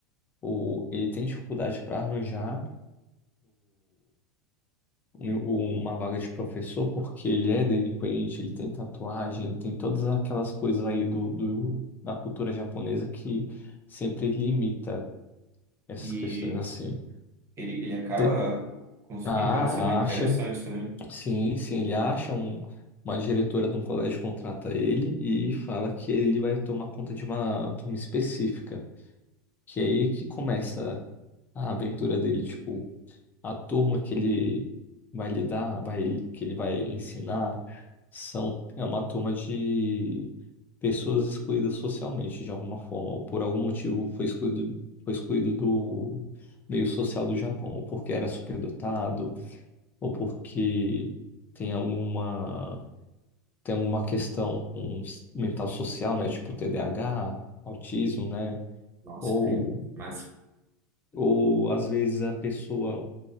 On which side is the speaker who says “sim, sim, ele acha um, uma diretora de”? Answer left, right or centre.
Left